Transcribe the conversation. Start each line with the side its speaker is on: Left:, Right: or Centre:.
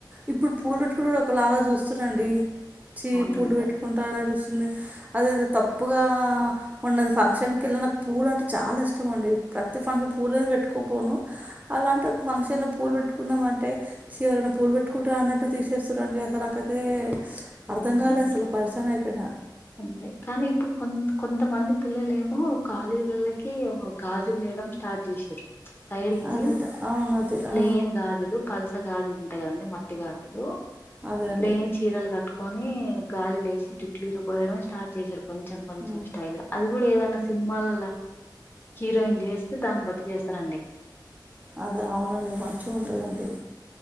Right: ఇప్పుడు పూలు పెట్టుకుంటే కూడా ఒకలాగా చూస్తున్నారు అండి చి
Left: అవునండి
Right: పూలు పెట్టుకుంటారా అని చూస్తు వుంది అదేది తప్పుగా మొన్న ఫంక్షన్కి వెళ్ళిన నాకు పూలు అంటే చాలా ఇష్టం అండి ప్రతి పంక్షన్ కి పూలు పెట్టు పోను అలాంటి ఒక ఫంక్షన్ లో పూల్ పెట్టుకుందాం అంటే చి ఎవరన్న పూల్ పెట్టు కుట్రా అన్నట్టు తీసేస్తరండి అసలు నాకైతే అర్థం
Left: అవునండి
Right: కాలే అసలు పరేషాన్ అయిపోయిన
Left: అంతే కానీ ఇప్పుడు కొ కొంతమంది పిల్లలు ఏమో కాలేజీ వోళ్లకి గాజులు చేయడం స్టార్ట్ చేసిర్రు సైడ్ కి
Right: అదే అదే అవును అదే
Left: ప్లేన్
Right: ఆ,
Left: గాజలు పల్స గాజులు ఉంటాయి కదండి మట్టి గాజులు
Right: అదే అండి
Left: ప్లయిన్ చీరలు కట్ కోని గాజులు లేసి జుట్లు విరాబోయడం స్టార్ట్ చేసిర్రు కొంచెం కొంచెం
Right: ఉమ్,
Left: స్టైల్ గా అది కూడా ఏదన్నా సినిమాలలో హీరోయిన్ చేస్తే దాన్ని బట్టి చేస్తారండి
Right: అద అవునండి మంచిగా ఉంటది అండి